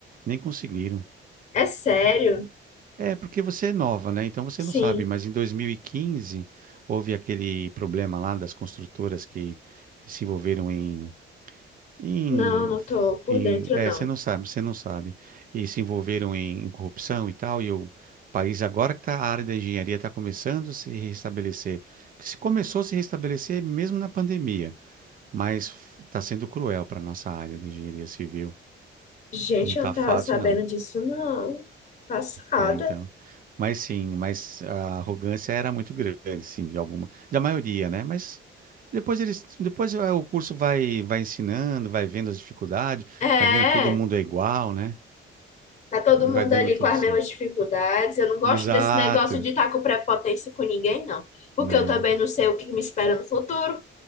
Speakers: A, on the right; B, on the left.
A: nem conseguiram.
B: É sério?
A: É, porque você é nova, né? Então você
B: Sim.
A: não sabe, mas em 2015 houve aquele problema lá das construtoras que se envolveram em, em,
B: Não, não tô por
A: em-
B: dentro,
A: é,
B: não.
A: você não sabe, você não sabe, e se envolveram em, em corrupção e tal, e o país agora que tá, a área da engenharia está começando a se restabelecer, Porque se começou a se restabelecer mesmo na pandemia, mas está sendo cruel para a nossa área da engenharia civil,
B: Gente,
A: não está
B: eu não tava
A: fácil
B: sabendo
A: não.
B: disso, não. Passada.
A: É, então. Mas sim, mas a arrogância era muito grande, sim, de alguma, da maioria, né? Mas depois eles, depois ah, o curso vai, vai ensinando, vai vendo as dificuldades,
B: É.
A: vai vendo todo mundo é igual, né?
B: Tá todo
A: E
B: mundo
A: vai dando
B: ali
A: tudo
B: com as
A: certo.
B: mesmas dificuldades. Eu não gosto
A: Exato.
B: desse negócio de estar com prepotência com ninguém, não. Porque
A: Não,
B: eu também não sei o que me espera no futuro.